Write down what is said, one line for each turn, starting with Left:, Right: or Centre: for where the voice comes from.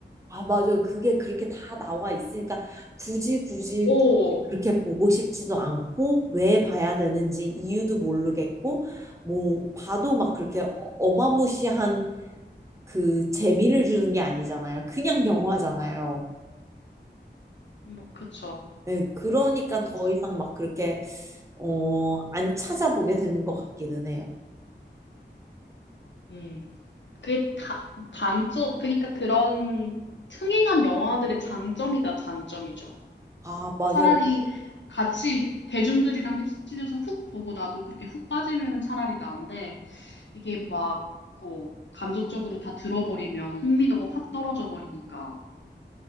Right: 아, 맞아요. 그게 그렇게 다 나와 있으니까 굳이 굳이
Left: 오,
Right: 그렇게 보고 싶지도 않고 왜 봐야 되는지 이유도 모르겠고 뭐 봐도 막 그렇게 어마무시한 그 재미를 주는 게 아니잖아요. 그냥 영화잖아요.
Left: 뭐, 그쵸.
Right: 네, 그러니까
Left: 맞아.
Right: 더 이상 막 그렇게 어, 안 찾아보게 되는 것 같기는 해요.
Left: 음. 그게 다, 단점, 그러니까 그런 흥행한 영화들의 장점이다, 단점이죠.
Right: 아, 맞아요.
Left: 차라리 같이 대중들이랑 휩쓸려서 훅 보고 나도 그렇게 훅 빠지면은 차라리 나은데 이게 막 어, 간접적으로 다 들어버리면 흥미도가 확 떨어져 버리니까